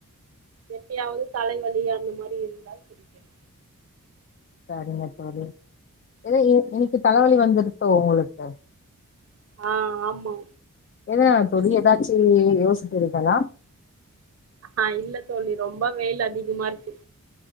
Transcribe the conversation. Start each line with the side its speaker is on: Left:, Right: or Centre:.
Right: எப்பயாவது தலைவலி அந்த மாரி இருந்தால் குடிப்பேன்
Left: சரிங்க தோழி எதோ இன்னைக் இன்னைக்கு தலவலி வந்துடுத்தோ உங்களுக்கு
Right: ஆ ஆமா
Left: என்ன தோழி எதாச்சு நீங்க யோசிக்கிறீகளா
Right: ஆ இல்ல தோழி ரொம்ப வெயில் அதிகமா இருக்கு